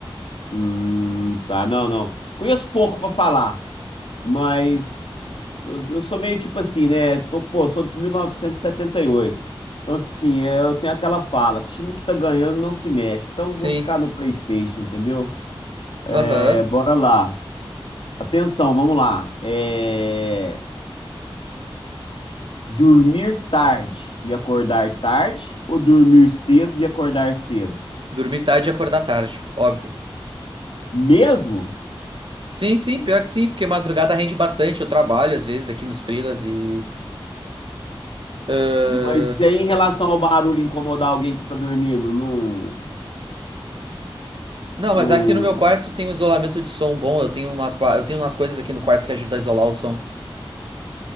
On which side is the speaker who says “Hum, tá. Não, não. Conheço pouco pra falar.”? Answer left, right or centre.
Left